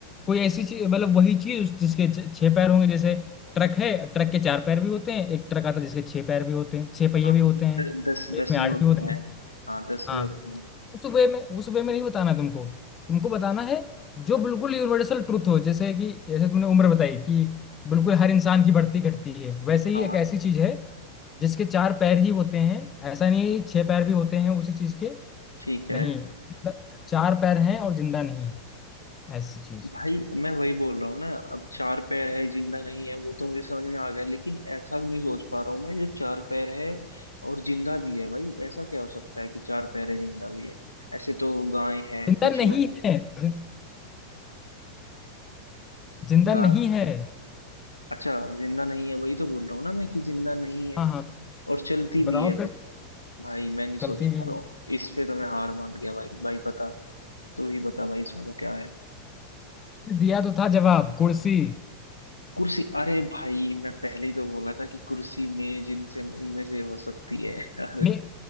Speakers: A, on the left; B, on the left.
A: कोई ऐसी चीज मतलब वही चीज जिसके छ- छह पैर होंगे जैसे ट्रक है ट्रक के चार पैर भी होते हैं एक ट्रक आता है जिसके छह पैर भी होते हैं छह पहिए
B: हाँ
A: भी होते
B: द,
A: हैं
B: द, दस
A: एक
B: दस
A: में
B: भी
A: आठ
B: होते
A: भी होते हैं
B: हैं हाँ दस
A: हाँ
B: भी होते हैं
A: उस वे में उस वे में नहीं बताना तुमको तुमको बताना है जो बिल्कुल यूनिवर्सल ट्रुथ हो जैसे कि जैसे तुमने उम्र बताई कि बिल्कुल हर इंसान की बढ़ती घटती है वैसे ही
B: हाँ
A: एक ऐसी चीज है जिसके चार पैर ही होते हैं ऐसा नहीं है कि छह पैर भी होते हैं उसी चीज के
B: ठीक है
A: नहीं मतलब चार पैर हैं और जिंदा नहीं है ऐसी चीज
B: भाई मैं वही बोल रहा हूँ ना अब चार पैर है जिंदा नहीं है वो तो मुझे समझ में आ गया लेकिन ऐसा नहीं सोच पा रहा हूँ मैं जो चार पैर है और जिंदा भी है भाई ऐसा क्या हो सकता है कि चार पैर है जिंदा भी है ऐसे तो गाय है
A: जिंदा
B: पशु
A: नहीं
B: है
A: है जिन- जिंदा
B: गाय
A: नहीं है
B: अच्छा जिंदा नहीं है वही तो बोल रहा हूँ ना मैं कि जिंदा नहीं है
A: हाँ हाँ तो
B: और चलती
A: बताओ
B: भी है
A: फिर
B: फिर भाई मैं नहीं सोच
A: चलती
B: पा
A: भी है।
B: रहा हूँ इस पे तो मैं हार मान गया भाई भाई पता तो ही बता भाई इसमें तो क्या है
A: दिया तो था जवाब कुर्सी
B: कुर्सी अरे भाई मैं पहले ही तो बोला था कि कुर्सी मेज इनसे इनमें से हो सकती है <laughs> अरे
A: मे,